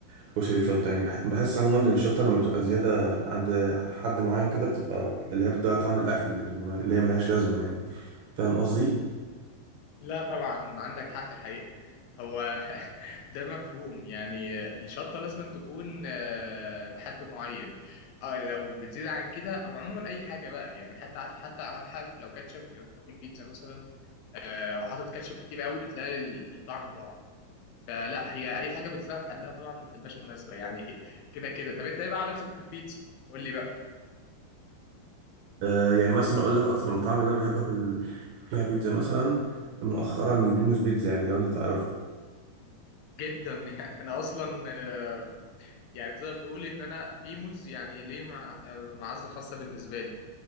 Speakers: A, on the right; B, on the left.
A: الكشري بشطة يعني بح- بحس عموما إن الشطة لما بتبقى زيادة عند حد معين كده بتبقى اللي هي بتضيع طعم الأكل يعني ما- اللي هي ملهاش لازمة يعني فاهم قصدي؟
B: لا طبعا عندك حق الحقيقة هو <laughs> ده مفهوم يعني الشطة لازم تكون آه، بحد معين اه لو بتزيد عن كده او عموما اي حاجة بقى يعني حتى عارف حتى عارف لو كاتشب لو بتاكل بيتزا مثلا آه، وحاطط كاتشب كتير قوي بتلاقي ال- الطعم ضاع فلا هي اي حاجة بتزيد عن حدها طبعا ما بتبقاش مناسبة يعني <laughs> كده كده طب انت ايه بقى علاقتك في البيتزا قول لي بقى
A: آه، يعني مثلا اقول لك اكتر المطاعم اللي انا بحب اكل فيها بيتزا مثلا مؤخرا دوموس بيتزا يعني لو انت تعرف
B: جدا يعني انا اصلا آه، يعني تقدر تقول ان انا بيموز يعني ليه مع... معزه خاصه بالنسبه لي